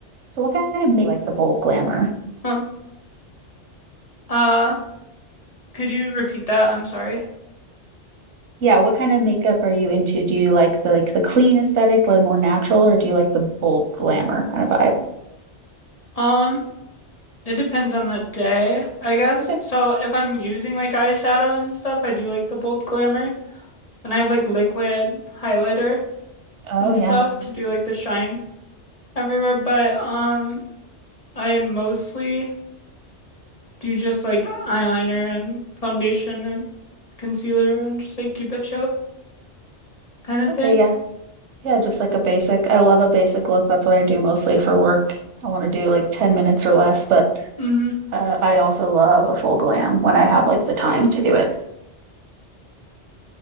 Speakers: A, on the right (about 85°); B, on the left (about 35°).
A: So what kind of make like the bold glamour?
B: Um, uh, could you repeat that? I'm sorry.
A: Yeah, what kind of makeup are you into? Do you like the like the clean aesthetic, like more natural, or do you like the bold glamour kind of vibe?
B: Um, it depends on the day, I guess.
A: Okay.
B: So if I'm using like eyeshadow and stuff, I do like the bold glamour. And I have like liquid highlighter
A: Oh
B: and
A: yeah.
B: stuff to do like the shine everywhere. But um, I mostly do just like eyeliner and foundation and concealer and just like keep it chill kind of
A: Okay,
B: thing.
A: yeah. Yeah, just like a basic. I love a basic look. That's what I do mostly for work. I want to do like 10 minutes or less, but
B: Mm-hmm.
A: uh, I also love a full glam when I have like the time to do it.